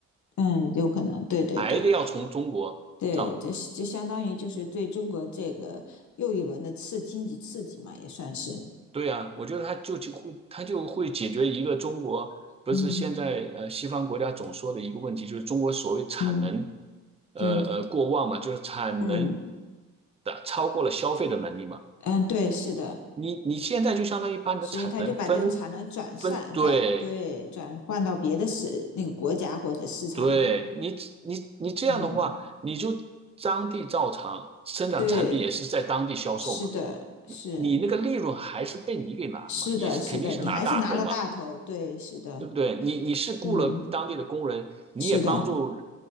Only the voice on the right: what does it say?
还得要从中国造。
对啊，我觉得它就就会它就会解决一个中国不是现在呃西方国家总说的一个问题，
就是中国所谓产能
呃呃过旺嘛，
就是产能
的超过了消费的能力嘛。
你你现在就相当于把你的产能分分对
对你，你你这样的话，
你就当地照常生产的产品也是在当地销售嘛，
你那个利润还是被你给拿了嘛，
你是肯定是拿大头嘛，
对不对？你你是雇了当地的工人，
你也帮助呃